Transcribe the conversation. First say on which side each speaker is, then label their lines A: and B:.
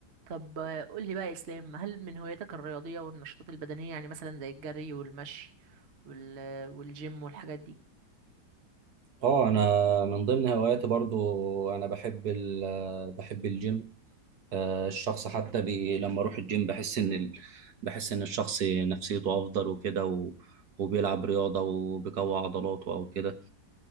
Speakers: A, on the right; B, on the right.
A: طب آه، قول لي بقى يا اسلام هل من هواياتك الرياضيه والنشاطات البدنيه يعني مثلا زي الجري والمشي وال... آه، والجيم والحاجات دي
B: اه انا من ضمن هواياتي برضو انا بحب ال بحب الجيم آه، الشخص حتى بي لما اروح الجيم بحس ان ال بحس ان الشخص نفسيته افضل وكده و وبيلعب رياضة وبيقوي عضلاته أو كده